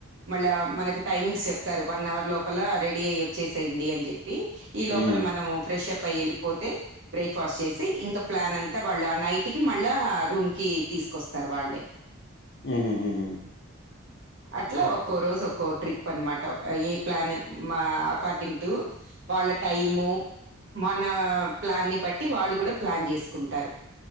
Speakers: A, on the right; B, on the left.
A: మళ్ళా మనకి టైమింగ్స్ చెప్తారు వన్ అవర్ లోపల రెడీ అయి వచ్చేసేయండి అని చెప్పి ఈ లోపల
B: హ్మ్.
A: మనము ఫ్రెష్ అప్ వెళ్ళిపోతే బ్రేక్ఫాస్ట్ చేసి ఇంకా ప్లాన్ అంత వాళ్ళు ఆ నైట్ కి మళ్ళా రూమ్ కి తీసుకొస్తారు వాళ్ళే
B: హుహు. హుహు.
A: అట్లా
B: ఓ
A: ఒక్కో రోజు ఒక్కో ట్రిప్ అనమాట ఏ ప్లాన్ మా అకార్డింగ్ టు వాళ్ళ టైము మన ప్లాన్ని ని బట్టి వాళ్ళు కూడా ప్లాన్ చేసుకుంటారు